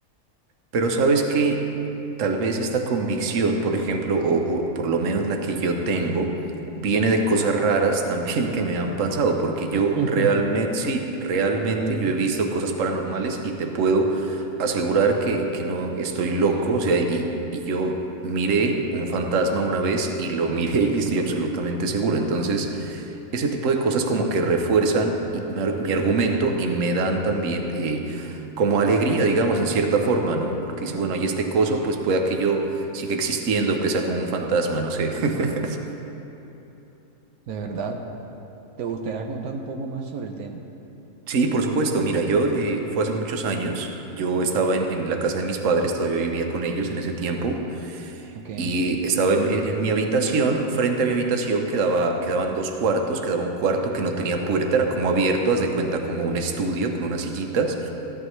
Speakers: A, on the right; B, on the right.
A: Pero sabes que tal vez esta convicción, por ejemplo, o, o por lo menos la que yo tengo, viene de cosas raras <laughs> también que me han pasado, porque yo
B: <laughs>
A: realmente, sí, realmente
B: Ok, de
A: yo he visto cosas paranormales y te puedo asegurar que, que no estoy loco, o sea, y, y yo miré un fantasma una vez y lo <laughs> miré y estoy absolutamente seguro. Entonces... ese tipo de cosas como que refuerzan y- mi, ar- mi argumento y me dan también eh, como alegría, digamos, en cierta forma, ¿no? Porque dice, bueno, hay este coso, pues pueda que yo siga existiendo, aunque sea como un fantasma, no sé. <laughs>
B: verdad. ¿Te gustaría contar un poco más sobre el tema?
A: Sí, por supuesto. Mira, yo eh, fue hace muchos años. Yo estaba en, en la casa de mis padres, todavía vivía con ellos en ese tiempo,
B: Ok,
A: y estaba en, en- en mi habitación. Frente a mi habitación quedaba, quedaban dos cuartos, quedaba un cuarto que no tenía puerta, era como abierto, haz de cuenta como un estudio con unas sillitas.